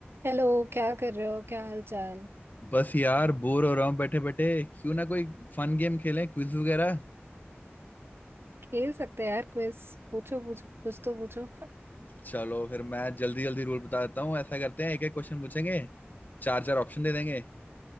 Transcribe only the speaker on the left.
बस यार बोर हो रहा हूँ बैठे बैठे क्यों ना कोई फन गेम खेलें क्विज वगैरह
चलो फिर मैं जल्दी जल्दी रूल बता देता हूँ ऐसा करते हैं एक एक क्वेश्चन पूछेंगे चार चार ऑप्शन दे देंगे